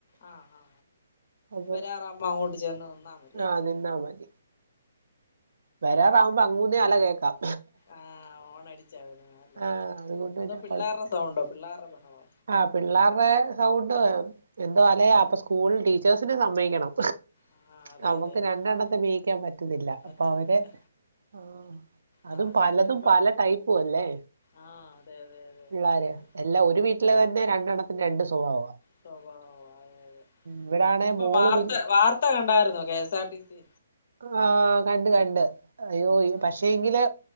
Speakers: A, on the left (about 35°); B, on the right (about 75°).
A: ആ ആ.
B: അപ്പം
A: വരാറാകുമ്പോ അങ്ങോട്ട് ചെന്ന് നിന്നാ മതിയല്ലേ
B: ആ ന്നിന്നാ മതി. വരാറാവുമ്പോ അങ്ങൂന്ന അല കേക്കാം.
A: ആഹ് <unintelligible>
B: ആഹ് അതുകൊണ്ട് പിന്നെ
A: അതോ പിള്ളാരുടെ
B: കൊഴപ്പല്ല
A: സൗണ്ടോ പിള്ളേരുടെ ഭഹളോ?
B: ആഹ് പിള്ളേരുടെ സൗണ്ട് എന്തലെ
A: ആഹ്
B: അപ്പൊ സ്കൂൾ ടീച്ചേഴ്സിനെ സമ്മയിക്കണം.
A: ആഹ് അതെ
B: നമുക്ക്
A: അതെ അതെ
B: രണ്ടെണ്ണത്തെ
A: അതെ
B: മേയ്ക്കാൻ പറ്റുന്നില്ല. അപ്പൊ
A: മറ്റൊന്നുല്ല
B: അവരെ. ആഹ് അതും
A: ആഹ് അതിന്
B: പലതും
A: ഒരുപാ
B: പല ടൈപ്പു അല്ലേ
A: ആഹ് അതെ അതെ അതെ
B: പിള്ളാര്
A: അയ്യോ
B: എല്ല ഒരു വീട്ട് ട്ട്ല് തന്നെ രണ്ടണ്ണത്ത്നും രണ്ട് സ്വഭാവ.
A: സ്വഭാവാലെ.
B: ഇവിടാണെ
A: ഇന്ന്പ്പൊ
B: മോള്
A: വാർത്ത
B: പി
A: വാർത്ത കണ്ടായ്ര്ന്നോ കേസാർട്ടീസി.
B: ആ. കണ്ട് കണ്ട്. അയ്യോ
A: ആഹ്
B: പക്ഷേ എങ്കില്